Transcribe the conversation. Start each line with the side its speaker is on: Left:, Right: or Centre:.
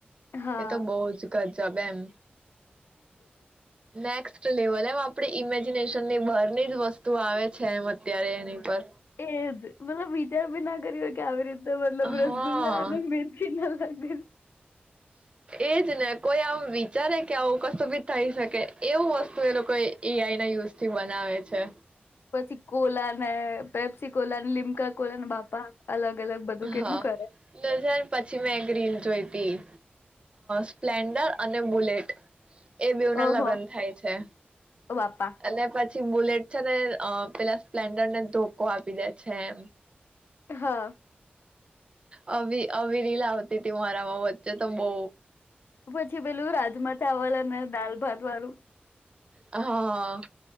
Left: હા.
Right: એ તો બહુ જ ગ સબમ નેક્સ્ટ લેવલ એમ આપણે ઇમેજિનેશન ની બાર ની જ વસ્તુ વસ્તુ આવે છે એમ અત્યારે એની પર
Left: એજ મતલબ બીજ બ ના કરી કે આ આવી રીતે તો મતલબ રસગુલ્લા
Right: હા
Left: લ બેન કે ના લાગભન
Right: એજ ને કોઈ આમ વિચારે કે આવું કશું બી થઈ શકે એવું વસ્તુ એ લોકો એ આઈ ના યુઝ થી બનાવે છે.
Left: પછી કોલા ને પેપ્સી કોલા લ <unintelligible> કોલન બાપા અલગ અલગ બધું કેટલું
Right: હા
Left: કરે
Right: બે હજાર પછી મે ગ્રીન જોયું બી સ્પ્લેન્ડર અને બુલેટ એ બેવના
Left: ઓહો
Right: લગ્ન થાય છે
Left: ઓ બાપા
Right: અને પછી પછી બુલેટ છે ને પેલા સ્પ્લેન્ડર ને ધોકો આપી દે છે એ
Left: હા
Right: આ આવી રીલ્સ આવતી તી મારામાં વચ્ચે તો બો
Left: પછી પેલું રાજમા ચાવલ અને દાલ ભાત વારુ
Right: હા